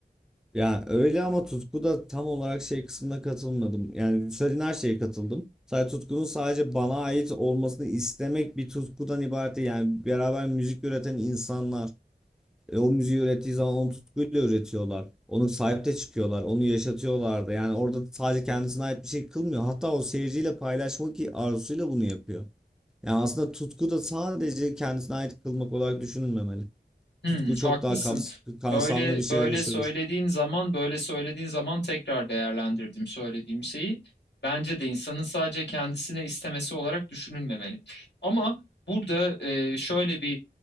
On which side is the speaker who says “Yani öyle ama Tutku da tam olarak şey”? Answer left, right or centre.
Centre